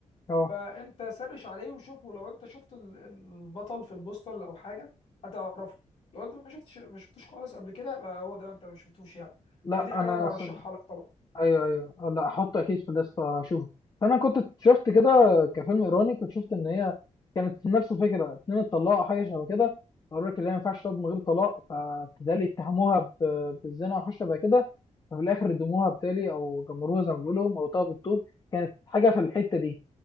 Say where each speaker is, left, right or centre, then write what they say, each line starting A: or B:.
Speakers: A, on the left; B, on the left.
A: اه
B: فانت سرش عليه وشوفه لو انت شفت ال- البطل في البوستر او حاجه هتعرفه لو انت ما شفتش ما شفتوش خالص قبل كده يبقى هو ده انت ما شفتوش يعني
A: لا
B: فدي حاجه
A: انا
B: انا ارشحها لك طبعا
A: ايوه ايوه آه، لا احط اكيد في الليسته اشوفه فانا كنت شفت كده كفيلم ايراني كنت شفت ان هي كانت في نفس الفكره اتنين اتطلقوا أو حاجه شبه كده قالوا لك اللي هي ما ينفعش تقعد من غير طلاق فبالتالي اتهموها ب- بالزنا او حاجه شبه كده ففي الاخر ردموها بالتالي او جمروها زي ما بيقولوا موتوها بالطوب كانت حاجه في الحته دي